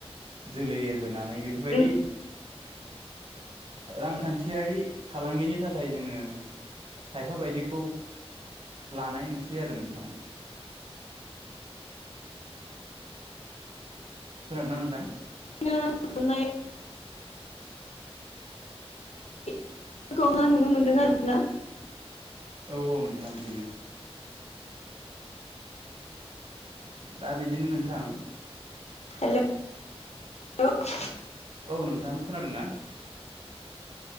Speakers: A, on the right; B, on the left.
A: जोलै एरहो नानै बेफोरबायदि
B: उम
A: रांखान्थियारि फालांगिनि थाखाय जोङो खायफा बायदिखौ लानाय नुसै आरो नोंथां। खोनादोंना नोंथां?
B: <unintelligible> <unintelligible> नखौहा नुनो मोनदों आरोना।
A: औ औ नोंथां बिदिनो। दा बिदिनो नोंथां
B: हेल' ल'
A: औ नोंथां खोनादों ना?